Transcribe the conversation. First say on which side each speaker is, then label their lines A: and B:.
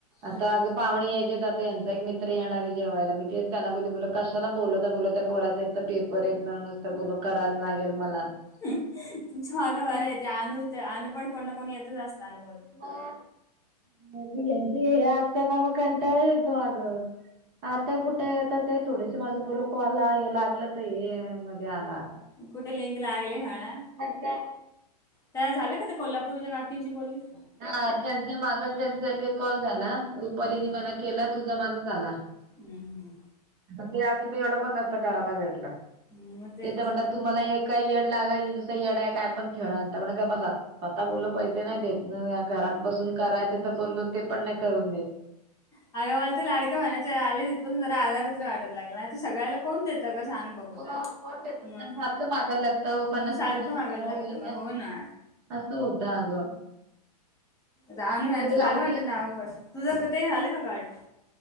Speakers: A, on the right (about 40°); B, on the left (about 15°).
A: आता
B: हम्म
A: अग पाहणी यायच्या आता यांचा एक मित्र येणार जेवायला मी ते त्यांना बोली बोल कशाला बोलवता बोलता त्या पोराचा एक तर पेपर हेत ना नुसतं बोल करायल लागेल मला.
B: तुमच्या मागा
A: हे
B: बरं
A: काय
B: आहे ते अनू ते अनू पण कोण ना कोण येतच असतं अनू बोल
A: <unintelligible> ह्यांची हे असते न म कंटाळा येतो आ ग. आता कुठं आता ते थोडंस माझं बोलो कॉल ला हे लागलं तर हे माझं हे आला आता
B: कुठे लिंक लागले म्हणा
A: <unintelligible>
B: त्या झालं का ते कोल्हापूरच्या काकींशी बोललीस का?
A: हा त्यांच्या माझं त्यांचा एक एक कॉल झाला. रुपालीनी
B: हम्म
A: म्हणा केला तुझा माझा झाला
B: हम्म
A: आता ते असते तर एवढं पण नसतं करायला भेटलं
B: हम्म मग तेच
A: ते तर म्हणतात तुम्हाला ऊक काय येड लागायी नुसतं येडाये काय पण खेळ आणता म्हण गप बसा स्वतः बोल्लो पैसे नाही देत. न या घरात बसून करायचं तर बोललो ते पण नाही करून देत.
B: अग मला ते लाडक्या बहिणाचे आले तिथुन जरा आधार तरी वाटायला लागला नाही तर सगळ्याला कोन देत सगळं सांग बघू
A: मग
B: देत
A: कोण देतं?
B: मग
A: सारखं मागायला लागतं ओ पन्नास
B: म्हणून सारखं
A: रुपये द्या
B: मागायला लागतं
A: ओ हे
B: मग
A: द्या
B: हो ना.
A: असं होत आग.
B: रानू यांचं झालं
A: लाडकी
B: वाटतं नाव कट, तुझ कटे झालं का कट?